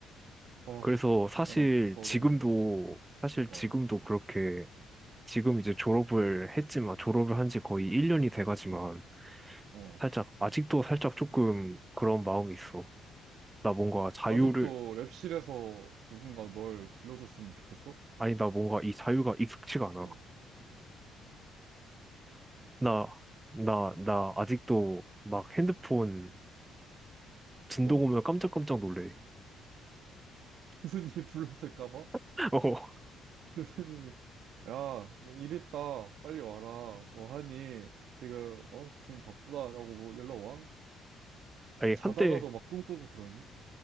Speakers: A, on the right (about 60°); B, on the right (about 15°).
A: 아,
B: 그래서 사실
A: 아, 난 벌써
B: 지금도,
A: 너무 안타깝다.
B: 사실
A: 어,
B: 지금도 그렇게, 지금 이제 졸업을 했지만, 졸업을 한지 거의 1년이 돼가지만,
A: 어, 어.
B: 살짝, 아직도 살짝 조금 그런 마음이 있어. 나 뭔가 자유를,
A: 아직도 랩실에서 누군가 널 길러줬으면 좋겠어?
B: 아니, 나 뭔가 이 자유가 익숙치가 않아.
A: 어,
B: 나, 나, 나 아직도 막 핸드폰 진동
A: 어.
B: 오면 깜짝깜짝 놀래.
A: <laughs> 교수님 불렀을까 봐?
B: <laughs> 어,
A: 교수님이, 야, 일 있다. 빨리 와라. 뭐 하니? 지금, 어, 교수님 바쁘다라고 뭐 연락 와?
B: 아니,
A: 자다가도
B: 한때
A: 막 꿈꾸고 그러니?